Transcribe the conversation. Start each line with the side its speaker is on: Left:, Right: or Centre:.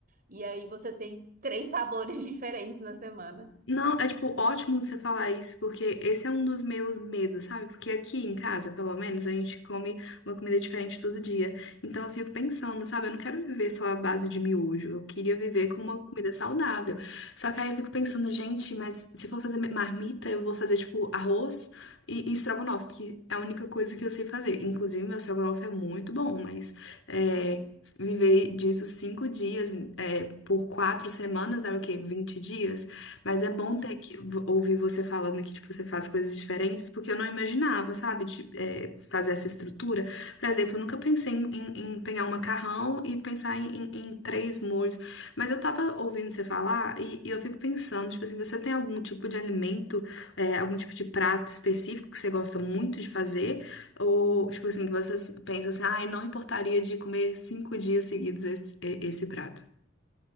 Right: E aí você tem três sabores <laughs> diferentes na semana.
Left: Não, é tipo ótimo você falar isso, porque esse é um dos meus medos, sabe? Porque aqui em casa, pelo menos, a gente come uma comida diferente todo dia. Então eu fico pensando, sabe? Eu não quero viver só à base de miojo. Eu queria viver com uma comida saudável. Só que aí eu fico pensando, gente, mas se for fazer marmita, eu vou fazer tipo arroz e, e estrogonofe, porque é a única coisa que eu sei fazer. Inclusive, meu estrogonofe é muito bom, mas é,
Right: <laughs>
Left: viver disso cinco dias, é, por quatro semanas, era o quê? 20 dias? Mas é bom
Right: Uhum.
Left: ter que ouvir você falando que, tipo, você faz coisas diferentes, porque eu não imaginava, sabe, de, é, fazer essa estrutura. Por exemplo, eu nunca pensei em, em- em pegar um macarrão e pensar em, em- em três molhos. Mas eu tava ouvindo você falar e, e eu fico pensando, tipo assim, você tem algum tipo de alimento, é, algum tipo de prato específico que você gosta muito de fazer? Ou, tipo assim, que você pensa assim, ai, não importaria de comer cinco dias seguidos esse, esse prato?